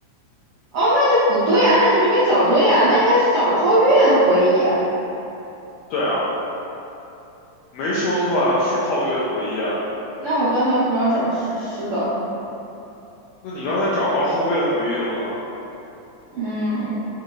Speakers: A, on the right; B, on the left.
A: 哦，那就不对啊，那你就没找对啊，那应该是找了皓月的回忆啊。
B: 对啊，没说错啊，是皓月的回忆啊。
A: 那我刚才为什么要找诗诗的？
B: 那你刚才找到皓月的回忆了吗？
A: 嗯，